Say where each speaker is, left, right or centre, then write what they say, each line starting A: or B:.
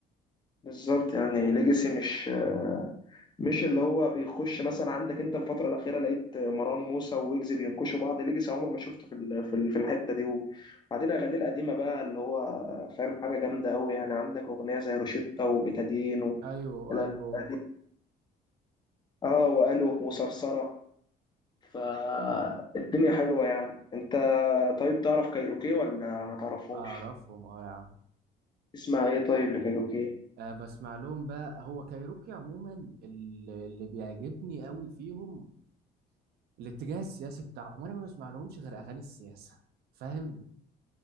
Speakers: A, on the left (about 25°); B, on the right (about 70°).
A: بالظبط يعني ليجاسي مش آه، مش اللي هو بيخش مثلا عندك انت الفترة الأخيرة لقيت مروان موسى ويجز بينكشوا بعض ليجاسي عمر ما شفته في ال- في ال- في الحتة دي وبعدين أغانيه القديمة بقى اللي هو فاهم حاجة جامدة أوي يعني عندك أغنية زي روشيتا وبتادين والأغاني
B: ايوه قالوا
A: القديمة اه وقالوا وصرصرة فالدنيا حلوة يعني انت طيب تعرف كايروكي ولا ما تعرفهمش
B: اعرفهم اه يا عم
A: اسمع ايه طيب لكايروكي
B: آه بسمع لهم بقى هو كايروكي عموما اللي, اللي بيعجبني قوي فيهم الاتجاه السياسي بتاعهم انا ما بسمع لهمش غير اغاني السياسة فاهم